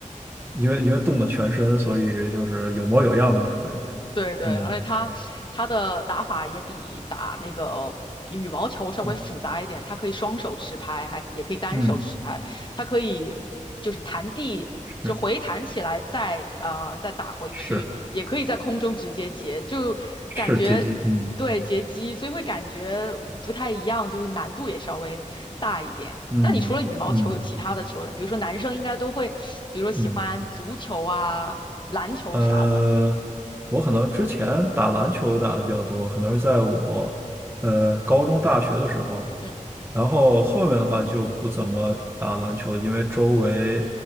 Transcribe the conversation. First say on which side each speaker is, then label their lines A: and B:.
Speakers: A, on the right (about 15°); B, on the left (about 35°).
A: 因为因为动了全身，所以就是有模有样的那种感觉。
B: 对对，
A: 嗯
B: 而且它它的打法也比打那个羽毛球稍微复杂一点，
A: 嗯
B: 它可以双手持拍，还也可以单手持拍，
A: 嗯，
B: 它可以就是弹地就回弹起来再呃再打回去，
A: 是是
B: 也可以在空中直接截，就感觉
A: 是接机，嗯
B: 对截击，所以会感觉不太一样，就是难度也稍微大一点。
A: 嗯嗯
B: 那你除了羽毛球有其他的球类，比如说男生应该都会，比如说喜欢足球啊、
A: 嗯。
B: 篮球啥的，
A: 呃，我可能之前打篮球打的比较多，可能是在我呃高中、大学的时候，
B: 嗯
A: 然后后面的话就不怎么打篮球了，因为周围